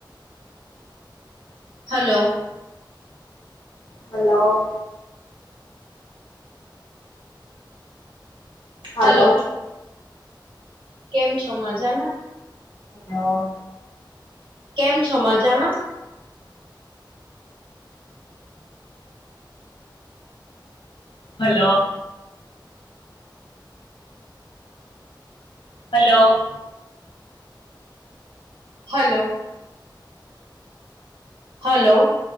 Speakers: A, on the right; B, on the left.
A: હલો <unintelligible>
B: હલો- <inaudible> હાલો!
A: હલો કેમ છો! મજામાં.
B: હ.
A: કેમ છો! મજામાં.
B: Hello! Hello!
A: Hello! Hello!